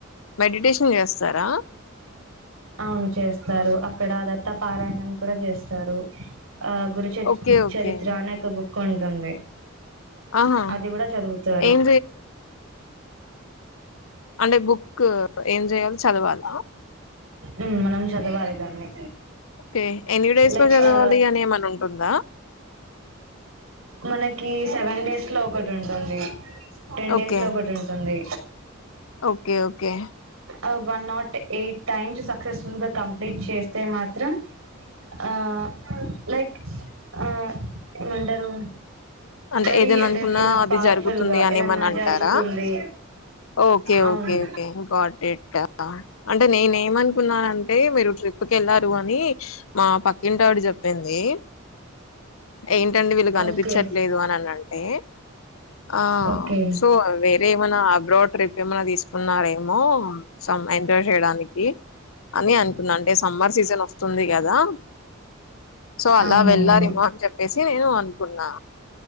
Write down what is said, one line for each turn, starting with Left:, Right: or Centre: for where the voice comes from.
Left: మెడిటేషన్ చేస్తారా?
Right: అవును చేస్తారు అక్కడ దత్తపారాయణం కూడా చేస్తారు. ఆ గురుచ
Left: ఓకే ఓకే
Right: చరిత్ర అనే ఒక బుక్ ఉంటుంది.
Left: ఆహా
Right: అది కూడా చదువుతారు.
Left: ఏం అంటె బుక్ ఏం చేయాలి చదవాలా
Right: ఊ మనం చదవాలి దాన్ని
Left: ఓకే ఎన్ని డేస్
Right: లైక్
Left: లో చదవాలి
Right: ఆ
Left: అని ఏమైనా ఉంటుందా
Right: మనకి సెవెన్ డేస్ ట్లా ఒకటి ఉంటుంది టెన్ డేస్
Left: ఓకే
Right: లో ఒకటి ఉంటుంది
Left: ఓకే ఓకే
Right: ఆ one naught eight times successful గా కంప్లీట్ చేస్తే మాత్రం ఆ లైక్ ఆ ఏమంటారు
Left: అంటే
Right: వెరీ
Left: ఏదైనా అనుకున్నా
Right: కొంచెం
Left: అది
Right: పవర్ఫుల్
Left: జరుగుతుంది
Right: గా
Left: అని
Right: ఏదన్నా
Left: ఏమన్నా అంటారా
Right: జరుగుతుంది
Left: ఓకే
Right: అవును
Left: ఓకే ఓకే గాట్ ఇట్ అంటే నేను ఏమనుకున్నానంటే మీరు ట్రిప్ కళ్లారు అని మా పక్కింట వాడు చెప్పింది ఏంటండి వీళ్ళు కనిపిచ్చట్
Right: ఓకే
Left: లేదు అని అన్నాడు టే ఆ
Right: ఓకే
Left: సో వేరే ఏమన్నా అబ్రాడ్ ఏమన్నా తీసుకున్నారేమో సమ్ ఎంజాయ్ చేయడానికి అని అన్ కున్నా అంటే సమ్మర్ సీజన్ వస్తుంది కదా సో అలా
Right: అవునవును
Left: వెళ్లారేమో అని చెప్పేసి నేను అనుకున్నా